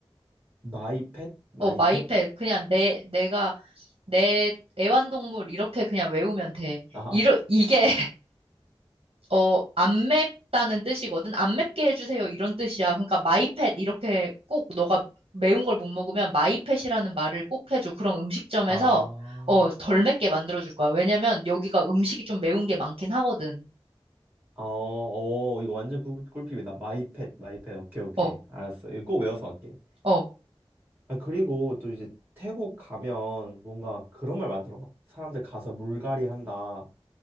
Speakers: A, on the right; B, on the right.
A: 마이펫? 마이펫?
B: 어, 마이펫. 그냥 내, 내가, 내 애완동물 이렇게 그냥 외우면 돼.
A: 아,
B: 이러, 이게 어, 안 맵다는 뜻이거든. 안 맵게 해주세요. 이런 뜻이야. 그러니까 마이펫 이렇게 꼭 너가 매운 걸 못 먹으면 마이펫이라는 말을 꼭 해줘. 그럼 음식점에서
A: 아,
B: 어, 덜 맵게 만들어줄 거야. 왜냐면 여기가 음식이 좀 매운 게 많긴 하거든.
A: 아, 어, 어, 이거 완전 꿀, 꿀팁이다. 마이펫, 마이펫. 오케이, 오케이.
B: 어,
A: 알았어. 이거 꼭 외워서 갈게.
B: 어.
A: 아, 그리고 또 이제 태국 가면 뭔가 그런 말 많더라. 막 사람들 가서 물갈이 한다.